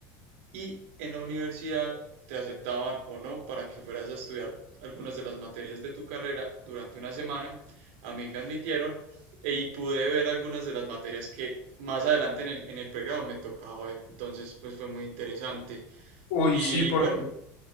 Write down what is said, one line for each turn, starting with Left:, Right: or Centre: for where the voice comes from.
Right: y en la universidad te aceptaban o no para que fueras a estudiar algunas de las materias de tu carrera durante una semana. A mí me admitieron e- y pude ver algunas de las materias que más adelante en el, en el pregrado me tocaba ver. Entonces, pues fue muy interesante.
Left: Uy,
Right: Y
Left: sí, por,
Right: bueno,